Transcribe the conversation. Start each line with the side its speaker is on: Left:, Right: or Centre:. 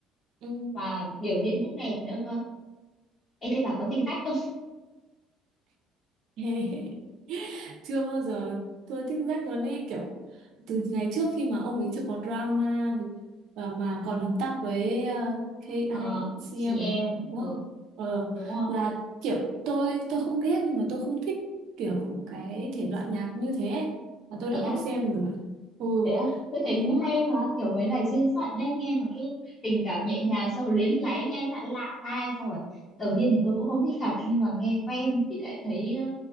Right: ừ.
Left: và biểu diễn cũng đẹp nữa cơ em thấy bà có thích sách không
Right: <laughs> chưa bao giờ tôi thích Jack luôn ấy kiểu từ ngày trước khi mà ông ấy chưa có drama với- và mà còn hợp tác với ờ, KICM
Left: ờ chị em
Right: à? đúng
Left: ừ
Right: không? Ờ,
Left: đúng rồi
Right: là kiểu tôi tôi không ghét nhưng mà tôi không thích kiểu cái thể loại nhạc như thế ấy. Mà tôi
Left: thế
Right: đã
Left: á
Right: không xem rồi. Ừ.
Left: thế á tôi thấy
Right: Ừ.
Left: cũng hay mà kiểu mấy bài duyên phận đấy nghe nó cứ tình cảm nhẹ nhàng xong rồi luyến láy nghe lạ lạ tai xong rồi đầu tiên thì tôi cũng không thích thật nhưng mà nghe quen thì lại thấy ờ,